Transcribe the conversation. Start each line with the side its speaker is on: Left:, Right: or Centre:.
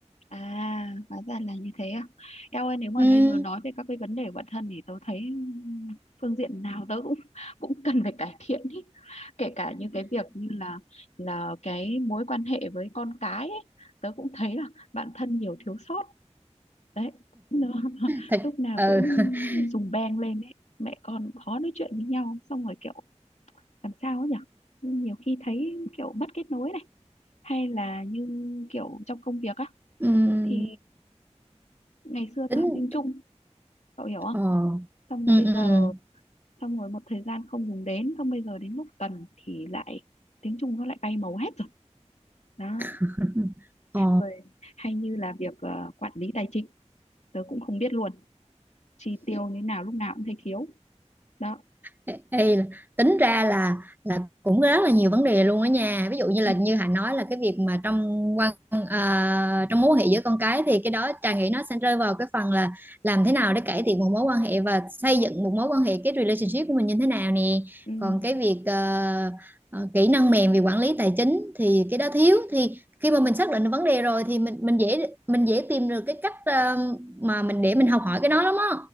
Left: à hóa ra là như thế à eo ơi nếu mà
Right: Ừm,
Left: bây giờ nói về các cái vấn đề của bản thân thì tôi thấy ừm, phương diện nào tớ cũng <laughs> cũng cần phải cải thiện ý kể cả như cái việc như là là cái mối quan hệ với con cái ấy, tớ cũng thấy là bản thân nhiều thiếu sót đấy nó, <laughs>
Right: thật
Left: lúc nào
Right: ừ.
Left: cũng
Right: <laughs>
Left: dùng beng lên ấy mẹ con khó nói chuyện với nhau xong rồi kiểu làm sao ấy nhỉ nhiều khi thấy kiểu mất kết nối này hay là như kiểu trong công việc á
Right: Ừm,
Left: thì ngày xưa
Right: tính
Left: tớ học tiếng Trung cậu hiểu không
Right: Ờ.
Left: xong rồi
Right: Ừ,
Left: bây
Right: ừ.
Left: giờ xong rồi một thời gian không dùng đến xong bây giờ đến lúc cần thì lại tiếng Trung nó lại bay màu hết rồi đó
Right: ừ. Ờ.
Left: rồi hay như là việc ờ, quản lý tài chính tớ cũng không biết luôn chi tiêu như nào lúc nào cũng thấy thiếu đó
Right: Ê, ê, là- tính ra là là cũng rất là nhiều vấn đề luôn đó nha ví dụ như
Left: ừ,
Right: là như hạnh nói là cái việc mà trong quan ờ, trong mối quan hệ giữa con cái thì cái đó Trà nghĩ nó sẽ rơi vào cái phần là làm thế nào để cải thiện một mối quan hệ và xây dựng một mối quan hệ cái relationship của mình như thế nào nè
Left: ừ,
Right: còn cái việc ờ, ờ, kỹ năng mềm về quản lý tài chính thì cái đó thiếu thì khi mà mình xác định được vấn đề rồi thì mình mình dễ mình dễ tìm được cái cách ờ, mà mình để mình học hỏi cái đó lắm á